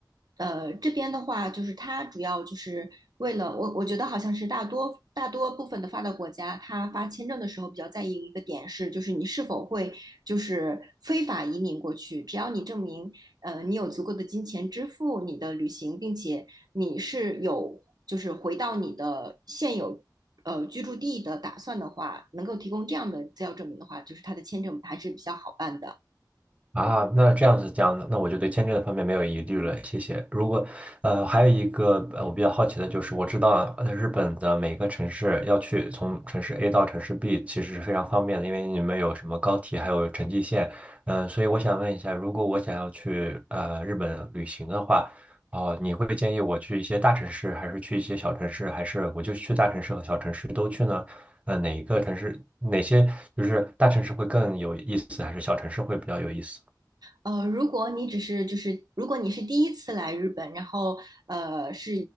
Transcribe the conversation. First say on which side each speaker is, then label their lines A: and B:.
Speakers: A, on the right; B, on the right.
A: 呃，这边的话，就是它主要就是为了我，我觉得好像是大多大多部分的发达国家，它发签证的时候比较在意一个点是，就是你是否会就是非法移民过去，只要你证明，呃，你有足够的金钱支付你的旅行，并且你是有就是回到你的现有呃居住地的打算的话，能够提供这样的资料证明的话，就是它的签证还是比较好办的。
B: 啊，那这样子讲的，那我就对签证的方面没有疑虑了，谢谢。如果呃，还有一个呃，我比较好奇的就是，我知道呃日本的每个城市要去从城市 A 到城市 B，其实是非常方便的，因为你们有什么高铁，还有城际线，嗯、呃所以我想问一下，如果我想要去呃日本旅行的话，哦、你会建议我去一些大城市，还是去一些小城市，还是我就去大城市和小城市都去呢？呃，哪一个城市，哪些就是大城市会更有意思，还是小城市会比较有意思？
A: 呃，如果你只是就是如果你是第一次来日本，然后呃是